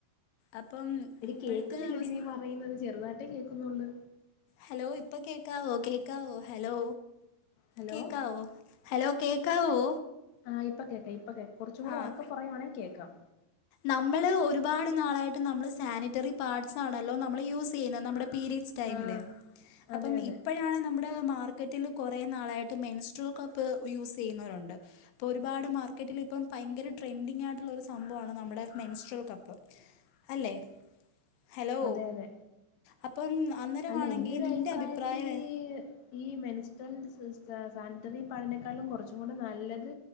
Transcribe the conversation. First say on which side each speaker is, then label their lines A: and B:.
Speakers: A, on the left; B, on the left.
A: അപ്പം
B: എടി
A: ഇപ്പോഴത്തെ
B: കേക്കുന്നില്ലെടീ
A: അവസ്
B: നീ പറയുന്നത് ചെറുതായിട്ടേ കേക്കുന്നൊള്ള്.
A: ഹലോ ഇപ്പൊ കേക്കാവോ കേക്കാവോ ഹലോ
B: ഹലോ
A: കേക്കാവോ. ഹലോ കേക്കാവോ?
B: ആഹ് ഇപ്പ കേക്കാം ഇപ്പ കേ. കുറച്ചുംകൂടെ
A: ആ
B: ഒറക്കെ പറയുവാണെ കേക്കാം.
A: നമ്മള് ഒരുപാട് നാളായിട്ട് നമ്മള് സാനിറ്ററി പാഡ്സാണല്ലോ നമ്മള് യൂസെയ്യുന്നെ. നമ്മുടെ പീരീഡ്സ് ടൈമില്.
B: ആഹ്
A: അപ്പം
B: അതെ അതെ
A: ഇപ്പഴാണെ നമ്മുടെ മാർക്കറ്റിൽ കൊറേ നാളായിട്ട് മെൻസ്ട്രൊൽ ക പ്പ് യൂസെയ്യുന്നോരുണ്ട്. അപ്പോ ഒരുപാട് മാർക്കറ്റിലി പ്പം ഭയങ്കര ട്രെൻഡിങ്ങായിട്ടുള്ളൊരു സംഭവാണ് നമ്മുടെ മെൻസ്ട്രൽ കപ്പ്. അല്ലേ?. ഹലോ,
B: അതെ അതെ
A: അപ്പം അന്നേരവാണെങ്കി
B: അല്ല എന്റെ ഒരു
A: നിന്റെ
B: അഭിപ്രായത്തി
A: അഭിപ്രായവെ
B: ഈ മെൻസ്റ്റൽ ഡിസിസ് സ സാനിറ്ററി പാഡിനേക്കാളും കുറച്ചും കൂടെ നല്ലത്